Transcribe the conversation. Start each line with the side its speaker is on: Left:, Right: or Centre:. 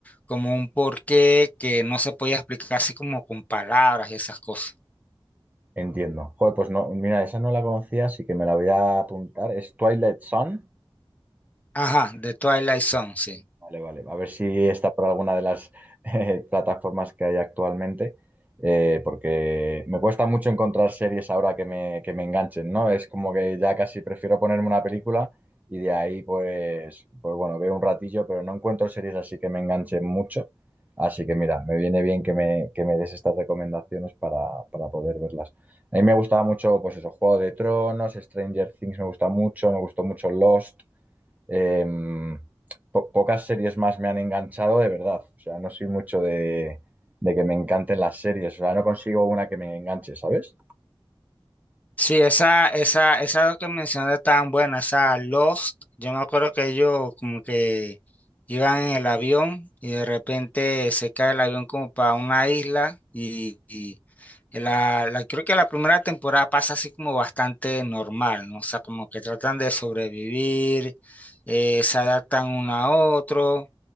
Left: como un porqué que no se podía explicar así como con palabras y esas cosas.
Right: Entiendo. Joder, pues no, mira, esa no la conocía, así que me la voy a apuntar. ¿Es Twilight Sun?
Left: Ajá, de Twilight Zone, sí.
Right: Vale, vale. A ver si está por alguna de las eh, plataformas que hay actualmente, eh, porque me cuesta mucho encontrar series ahora que me, que me enganchen, ¿no? Es como que ya casi prefiero ponerme una película y de ahí, pues, pues bueno, veo un ratillo, pero no encuentro series así que me enganchen mucho. Así que mira, me viene bien que me, que me des estas recomendaciones para, para poder verlas. A mí me gustaba mucho, pues eso, Juego de Tronos, Stranger Things me gusta mucho, me gustó mucho Lost eh, po- pocas series más me han enganchado de verdad. O sea, no soy mucho de, de que me encanten las series. O sea, no consigo una que me enganche, ¿sabes?
Left: Sí, esa, esa, esa que mencionaste tan buena, esa Lost, yo me acuerdo que ellos como que iban en el avión y de repente se cae el avión como para una isla y, y la, la- creo que la primera temporada pasa así como bastante normal, ¿no? O sea, como que tratan de sobrevivir, eh, se adaptan uno a otro,